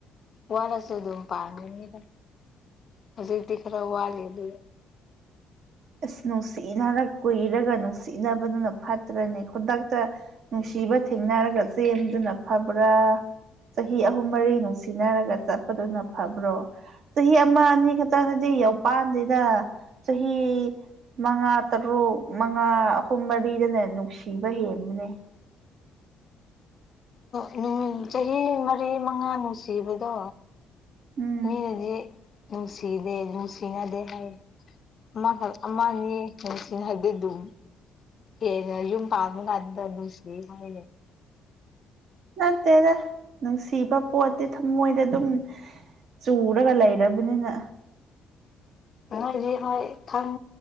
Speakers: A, on the left (about 45°); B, on the right (about 65°).
A: ꯋꯥꯠꯂꯁꯨ ꯑꯗꯨꯝ ꯄꯥꯟꯒꯅꯤꯗ ꯍꯧꯖꯤꯛꯇꯤ ꯈꯔ ꯋꯥꯠꯂꯤ ꯑꯗꯨ
B: ꯑꯁ ꯅꯨꯡꯁꯤꯅꯔ ꯀꯨꯏꯔꯒ ꯅꯨꯡꯁꯤꯅꯕꯗꯨꯅ ꯐꯠꯇ꯭ꯔꯅꯦ ꯈꯨꯗꯛꯇ ꯅꯨꯡꯁꯤꯕ ꯊꯦꯡꯅꯔꯒ ꯆꯦꯟꯕꯗꯨꯅ ꯐꯕ꯭ꯔꯥ ꯆꯍꯤ ꯑꯍꯨꯝ ꯃꯔꯤ ꯅꯨꯡꯁꯤꯅꯔꯒ ꯆꯠꯄꯗꯨꯅ ꯐꯕ꯭ꯔꯣ ꯆꯍꯤ ꯑꯃ ꯑꯅꯤ ꯈꯛꯇꯅꯗꯤ ꯌꯧꯄꯥꯟꯗꯦꯗ ꯆꯍꯤ ꯃꯉꯥ ꯇꯔꯨꯛ ꯃꯉꯥ ꯑꯍꯨꯝ ꯃꯔꯤꯗꯅ ꯅꯨꯡꯁꯤꯕ ꯍꯦꯟꯕꯅꯦ
A: ꯑꯗꯣ ꯆꯍꯤ ꯃꯔꯤ ꯃꯉꯥ ꯅꯨꯡꯁꯤꯕꯗꯣ
B: ꯎꯝ
A: ꯃꯤꯅꯗꯤ ꯅꯨꯡꯁꯤꯗꯦ ꯅꯨꯡꯁꯤꯅꯗꯦ ꯍꯥꯏꯌꯦ ꯑꯃꯈꯛ ꯑꯃ ꯑꯅꯤ <unintelligible> ꯍꯦꯟꯅ ꯌꯨꯝ ꯄꯥꯟꯕ ꯀꯥꯟꯗ ꯅꯨꯡꯁꯤꯌꯦ ꯍꯥꯏꯌꯦ
B: ꯅꯠꯇꯦꯗ ꯅꯨꯡꯁꯤꯕ ꯄꯣꯠꯇꯤ ꯊꯝꯃꯣꯏꯗ ꯑꯗꯨꯝ ꯆꯨꯔꯒ ꯂꯩꯔꯕꯅꯤꯅ
A: ꯅꯣꯏꯗꯤ ꯍꯣꯏ ꯈꯪ